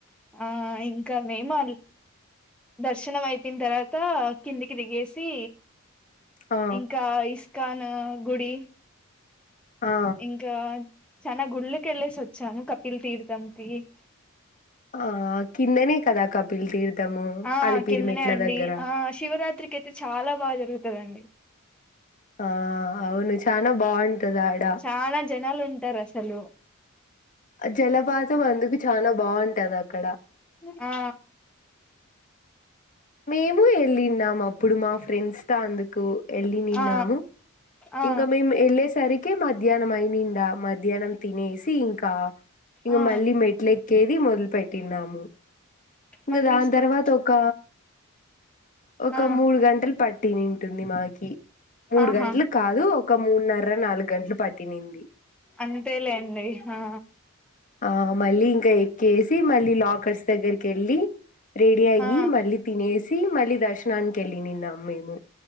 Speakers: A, in the centre; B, on the left.
A: ఆ ఇంకా మేము దర్శనం అయిపోయిన తర్వాత కిందికి దిగేసి
B: ఆ
A: ఇంకా ఇస్కాన్ గుడి
B: ఆ
A: ఇంకా చనా గుళ్ళక వెళ్ళేసి వచ్చాము కపిల్ తీర్థం కి <inaudible>
B: ఆ కిందనే కదా కపిల్ తీర్థము
A: ఆ
B: అలిపిరిమెట్ల
A: కిందనే అండి
B: దగ్గర
A: ఆ శివరాత్రికి అయితే చాలా బాగా జరుగుతదండి
B: ఆ అవును చానా బాగుంటది ఆడ
A: చాలా జనాలు ఉంటారు అసలు
B: జలపాతం అందుకు చానా బాగుంటది అక్కడ
A: ఆ
B: మేము యెళ్ళిన్నాము. అప్పుడు మా ఫ్రెండ్స్ తో అందుకు యెళ్ళినిన్నాము.
A: ఆ ఆ
B: ఇంకా మేము యెళ్ళేసరికి మధ్యాహ్నం అయినిండా మధ్యాహ్నం తినేసి ఇంకా ఇంగా
A: ఆ
B: మళ్ళీ మెట్లు ఎక్కేది మొదలు పెట్టినాము ఇంగ
A: మళ్ళీ
B: దాని
A: తీసుకుంటా
B: తర్వాత ఒక ఒక
A: ఆ
B: మూడు గంటలు పట్టినింటుంది మాకి మూడు
A: ఆహా
B: గంటలు కాదు ఒక మూన్నర నాలుగు గంటలు పట్టి తినింది
A: అంతే లేండి ఆ
B: ఆ మళ్ళీ ఇంకా ఎక్కేసి మళ్ళీ లాకర్స్ దగ్గరికి యెళ్ళి రెడీ అయ్యి
A: ఆ
B: మళ్ళీ తినేసి మళ్ళీ దర్శనానికి యెళ్ళినిన్నాం మేము